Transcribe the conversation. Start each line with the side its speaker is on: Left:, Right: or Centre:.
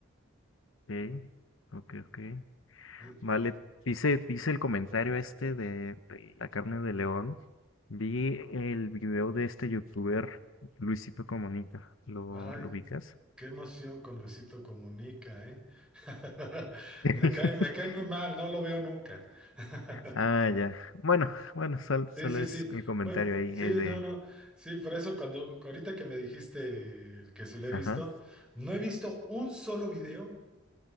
Left: Ok, ok, ok.
Centre: Eh,
Left: Vale, dice, dice el comentario este de, de la carne de león. Vi el video de este youtuber, Luisito Comunica. ¿Lo,
Centre: Ay,
Left: lo ubicas?
Centre: qué emoción con Luisito Comunica, ¿eh? <laughs>
Left: <laughs>
Centre: Me cae, me cae muy mal, no lo veo nunca. <laughs>
Left: Ah, ya. Bueno, bueno, sol-
Centre: Sí,
Left: solo
Centre: sí,
Left: es
Centre: sí.
Left: el comentario
Centre: Bueno,
Left: ahí
Centre: sí,
Left: eh, de...
Centre: no, no. Sí, por eso cuando ahorita que me dijiste que sí lo he visto,
Left: Ajá.
Centre: no he visto un solo video